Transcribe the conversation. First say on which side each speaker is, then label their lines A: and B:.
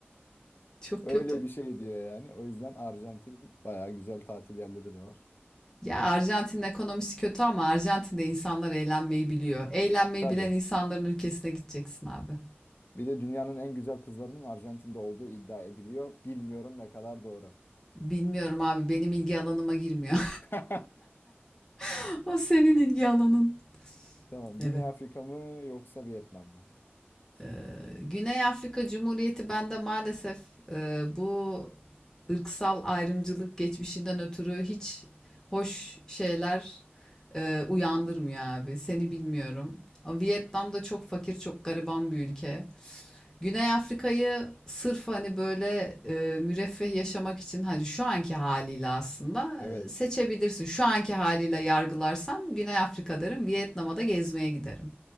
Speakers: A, on the left (about 15°); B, on the left (about 55°).
A: Çok
B: Öyle
A: kötü.
B: bir şey diyor yani. O yüzden Arjantin bayağı güzel tatil yerleri de var.
A: Ya Arjantin'in ekonomisi kötü ama Arjantin'de insanlar eğlenmeyi biliyor. Eğlenmeyi
B: Tabii.
A: bilen insanların ülkesine gideceksin abi.
B: Bir de dünyanın en güzel kızlarının Arjantin'de olduğu iddia ediliyor. Bilmiyorum ne kadar doğru.
A: Bilmiyorum abi benim ilgi alanıma girmiyor.
B: <laughs>
A: <laughs> O senin ilgi alanın.
B: Tamam. Güney
A: Evet.
B: Afrika mı yoksa Vietnam mı?
A: Ee, Güney Afrika Cumhuriyeti bende maalesef e, bu ırksal ayrımcılık geçmişinden ötürü hiç hoş şeyler e, uyandırmıyor abi. Seni bilmiyorum. Ama Vietnam da çok fakir, çok gariban bir ülke. Güney Afrika'yı sırf hani böyle e, müreffeh yaşamak için hani şu anki haliyle aslında
B: Evet.
A: e, seçebilirsin. Şu anki haliyle yargılarsam Güney Afrika derim, Vietnam'a da gezmeye giderim.